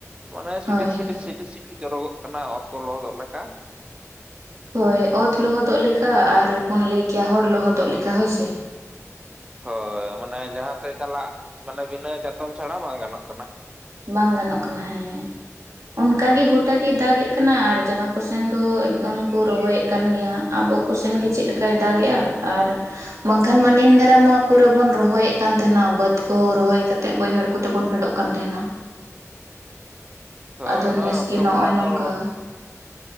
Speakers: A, on the right; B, on the right.
A: ᱢᱟᱱᱮ ᱥᱤᱴᱤᱠ
B: ᱦᱳᱭ
A: ᱥᱤᱴᱤᱠ
B: ᱦᱳᱭ
A: ᱥᱤᱴᱤᱠ ᱥᱤᱴᱤᱠ ᱡᱚᱨᱚᱜᱚᱜ ᱠᱟᱱᱟ ᱚᱛ ᱠᱚ ᱞᱚᱦᱚᱫᱚᱜ ᱞᱮᱠᱟ
B: ᱦᱳᱭ ᱚᱛ ᱞᱚᱦᱚᱫᱚᱜ ᱞᱮᱠᱟ ᱟᱨ ᱵᱚᱱ ᱞᱟᱹᱭ ᱠᱮᱭᱟ ᱦᱚᱲ ᱞᱚᱦᱚᱫᱚᱜ ᱞᱮᱠᱟ ᱦᱳᱭᱥᱮ
A: ᱦᱳᱭ ᱢᱟᱱᱮ ᱡᱟᱦᱟᱸᱛᱮ ᱪᱟᱞᱟᱜ ᱢᱟᱱᱮ ᱵᱤᱱᱟᱹ ᱪᱟᱛᱚᱢ ᱪᱷᱟᱲᱟ ᱵᱟᱝ ᱜᱟᱱᱚᱜ ᱠᱟᱱᱟ
B: ᱵᱟᱝ ᱜᱟᱱᱚᱜ ᱠᱟᱱᱟ ᱦᱮᱸ ᱚᱱᱠᱟᱜ ᱜᱮ ᱜᱚᱴᱟ ᱜᱮ ᱫᱟᱜᱮᱫ ᱠᱟᱱᱟ ᱟᱨ ᱡᱟᱦᱟᱸ ᱠᱚ ᱥᱮᱱ ᱫᱚ ᱮᱠᱫᱚᱢ ᱠᱚ ᱨᱚᱦᱚᱭᱮᱫ ᱠᱟᱱ ᱜᱮᱭᱟ ᱦᱟ ᱟᱵᱚ ᱠᱚ ᱥᱮᱱᱜᱮ ᱪᱮᱫ ᱞᱮᱠᱟᱭ ᱫᱟᱜᱮᱜᱼᱟ ᱟᱨ ᱵᱟᱝᱠᱷᱟᱱ ᱢᱟ ᱱᱤᱱ ᱫᱟᱨᱟᱢ ᱢᱟ ᱯᱩᱨᱟᱹ ᱵᱚᱱ ᱨᱚᱦᱚᱭᱮᱫ ᱠᱟᱱ ᱛᱟᱦᱮᱱᱟ ᱵᱟᱹᱫᱽ ᱠᱚᱦᱚᱸ ᱨᱚᱦᱚᱭ ᱠᱟᱛᱮ ᱵᱟᱹᱭᱦᱟᱹᱲ ᱠᱚᱛᱮᱵᱚᱱ ᱯᱷᱮᱰᱚᱜ ᱠᱟᱱ ᱛᱟᱦᱮᱱᱟ
A: ᱛᱚ
B: ᱟᱫᱚ
A: ᱱᱚᱜ-ᱚᱭ
B: ᱱᱮᱥ ᱜᱮ
A: ᱠᱛᱚ
B: ᱱᱚᱜᱼᱚᱭ
A: ᱠᱚᱦᱚᱸ
B: ᱱᱚᱝᱠᱟ
A: ᱛᱚ